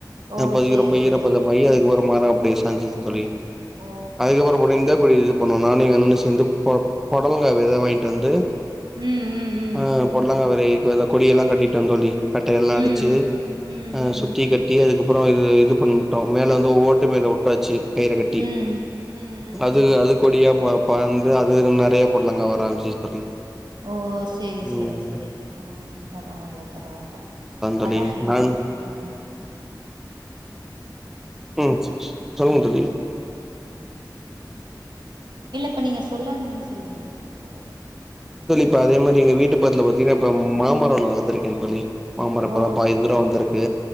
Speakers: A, on the right; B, in the centre.
A: ஓ
B: அப்போதிக்கு
A: சேரி
B: ரொம்ப
A: சேரி
B: ஈரப்பதமாயி அதுக்கு ஒரு மரோ அப்டியே சாஞ்சிச்சு தோழி
A: ஓ
B: அதுக்கப்புற போன இந்த குழி இது பண்ணோ நானு எங்கண்ண சேந்து ப பொடலங்கா வித வாய்ங்ட்டு வந்து
A: ம் ம் ம்
B: ஆ பொடலங்கா வெத ஈகுவலா கொடியெல்லா கட்டிட்டோ தோழி கட்ட எல்லா
A: ம்
B: அடிச்சு
A: ம் ம்
B: ஆ சுத்தி கட்டி அதுக்கப் றோ இது இது பண்ணிட்டோ மேல வந்து ஓட்டு மேலே உட்டாச்சு கயிற கட்டி
A: ம் ம் ம் ம்
B: அது அது கொடியா ப படந்து அதுலந்து நறைய பொட்லங்கா வர ஆரம்சிச்சி தோழி
A: ஓ செரி செரி
B: ம்
A: செரி ஆ பரவால பரவால
B: தோழி
A: அதா என்க்
B: நானு
A: ம்
B: ம் சொல்லுங்க தோழி
A: இல்ல இப்ப நீங்க சொல்ல வந்திங்க சொல்லுங்க சொல்லுங்க தோழரே
B: ப அதே மாரி எங்க வீட்டு பத்துல பாத்திங்கனா இப்ப மாமரோ ஒன்னு வளத்திருக்கே தோழி மாமரோ
A: தோழரே
B: இப்பதா பாதி தூரோ வந்திருக்கு